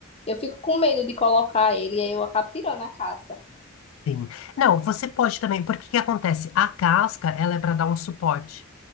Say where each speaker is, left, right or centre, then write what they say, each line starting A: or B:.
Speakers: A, on the left; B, on the left.
A: Eu fico com medo de colocar ele e aí eu acabo tirando a casca.
B: Sim. Não, você pode também, porque o que acontece? A casca, ela é para dar um suporte.